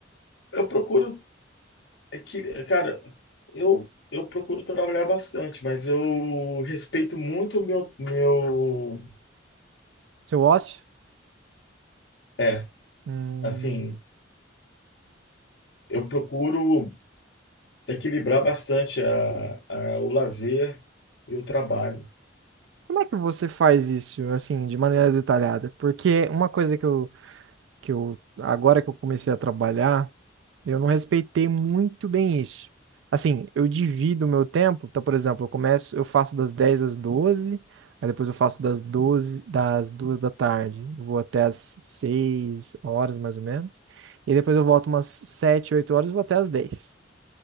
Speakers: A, on the left (about 70°); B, on the right (about 70°).
A: eu procuro, é que, cara, eu, eu procuro trabalhar bastante, mas eu respeito muito o meu, meu
B: Seu ócio?
A: é,
B: Hum,
A: Assim, eu procuro equilibrar bastante a, a- o lazer e o trabalho.
B: como é que você faz isso, assim, de maneira detalhada? Porque uma coisa que eu, que eu, agora que eu comecei a trabalhar, Eu não respeitei muito bem isso. Assim, eu divido o meu tempo. Então, por exemplo, eu começo, eu faço das 10 às 12. aí depois eu faço das 12 das 2 da tarde. Eu Vou até às 6 horas, mais ou menos. E depois eu volto umas 7, 8 horas e vou até às 10.